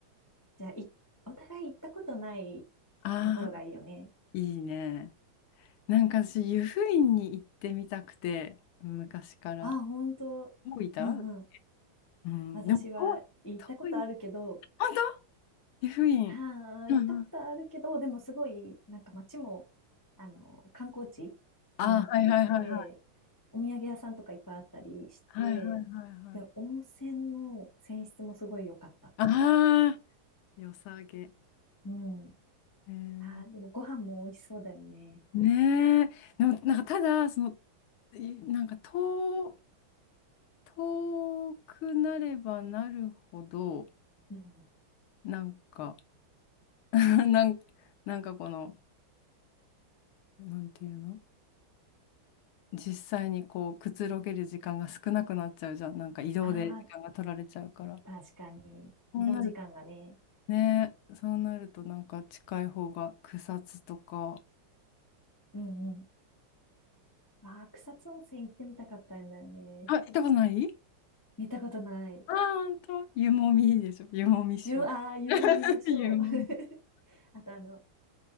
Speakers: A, on the left; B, on the left.
A: じゃあ、い、お互い行ったことない
B: ああ、
A: ところがいいよね。
B: いいね。なんか私、湯布院に行ってみたくて、昔から。
A: あ、本当。
B: 大分
A: うんうん。
B: うん。
A: 私は行ったことあるけど、
B: でも、遠い。遠い本当湯布院。
A: はあ、
B: うんうん。
A: 行ったことあるけど、でもすごい、なんか街も、あの、観光地になってて、
B: ああ、はいはいはいはい。
A: お土産屋さんとかいっぱいあったりして、
B: はいはいはいはい。
A: で、温泉の泉質もすごい良かった。
B: ああ、良さげ。
A: うん。
B: えー、
A: ああ、でもご飯も美味しそうだよね。
B: ねえ。でも、なんかただ、その、いなんか遠、遠くなればなるほど、
A: うん。
B: なんか、<laughs> なん、なんかこの、なんていうの実際にこう、くつろげる時間が少なくなっちゃうじゃん。なんか移動で時間が取られちゃうから。
A: ああ、確かに。
B: そうなる
A: 移動時間がね。
B: ね、そうなるとなんか近い方が草津とか。
A: うんうん。ああ、草津温泉行ってみたかったんだよね。
B: あ、行ったことない
A: 行ったことない。
B: ああー、ほんと湯もみいいでしょ。湯もみショー。
A: ゆ、ああ、湯もみのショー。
B: <laughs> 湯もみ。
A: <laughs> あとあの、